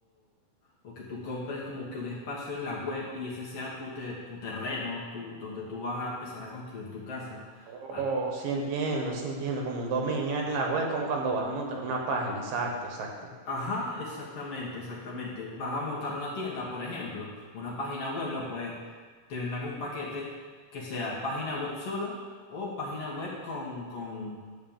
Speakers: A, on the left; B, on the right.
A: o que tú compres como que un espacio en la web y ese sea tu, te- tu terreno, tu, donde tú vas a empezar a construir tu casa.
B: Oh,
A: Al-
B: sí entiendo, sí entiendo, como un dominio en la web, como cuando vas a montar una página, exacto, exacto.
A: Ajá, exactamente, exactamente. Vas a montar una tienda, por ejemplo, una página web, lo puedes, te vendan un paquete que sea página web sola o página web con, con,